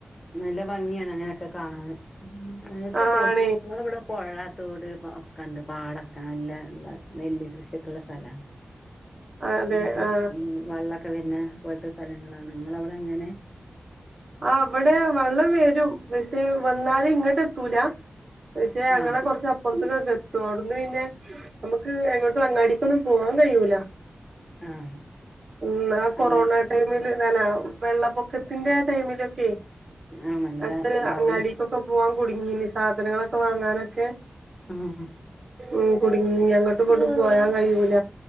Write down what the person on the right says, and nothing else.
ആ
ആണേ
അതെ
ആ
ആഹ് ഇവിടെ വള്ളം വരും പക്ഷെ വന്നാല് ഇങ്ങോട്ട് എത്തൂല പക്ഷെ ഞങ്ങളെ
കുറച്ച്പ്പുറത്ക്കക്കെ എത്തു അവിടുന്ന് പിന്നെ നമുക്ക് എങ്ങോട്ടും അങ്ങാടിക്കൊന്നും പോവാൻ കഴിയൂല
ഉം ആഹ് കൊറോണ
ടൈമിൽ ഇല്ല വെള്ളപ്പൊക്കത്തിന്റെ ആഹ് ടൈമിലൊക്കെ
അത്ര
അങ്ങാടീക്കൊക്കെ പോവാൻ കുടുങ്ങീന് സാധനങ്ങളൊക്കെ വാങ്ങാനൊക്കെ
ഉം കുടുങ്ങി അങ്ങട്ടും ഇങ്ങട്ടും പോരാൻ കയ്യൂല